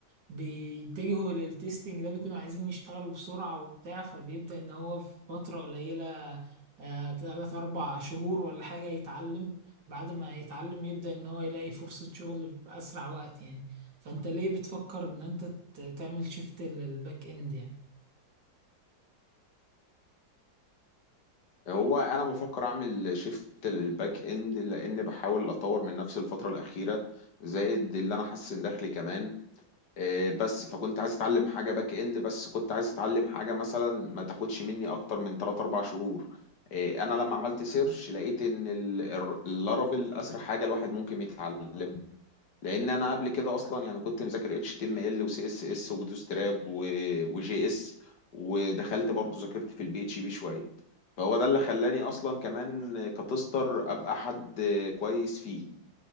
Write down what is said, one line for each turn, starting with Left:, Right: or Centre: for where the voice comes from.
Right: بيتجهوا للتستنج ده بيكونوا عايزين يشتغلوا بسرعة وبتاع فبيبدأ إن هو في فترة قليلة آه، تلات أربع شهور ولا حاجة يتعلم بعد ما يتعلم يبدأ إن هو يلاقي فرصة شغل بأسرع وقت يعني فأنت ليه بتفكر إن أنت ت- تعمل شيفت للباك إند يعني؟
Left: هو انا بفكر اعمل شيفت للباك اند لان بحاول اطور من نفسي الفتره الاخيره زائد اللي انا حاسس ان دخلي كمان آه، بس فكنت عايز اتعلم حاجه باك اند بس كنت عايز اتعلم حاجه مثلا ما تاخدش مني اكتر من 3 4 شهور آه، انا لما عملت سيرش لقيت ان اللارافيل اسرع حاجه الواحد ممكن يتعلمها لان انا قبل كده اصلا يعني كنت مذاكر اتش تي ام ال وسي اس اس وبوتستراب وجي اس ودخلت برضو ذاكرت في البي اتش بي شويه فهو ده اللي خلاني اصلا كمان كتستر ابقى حد كويس فيه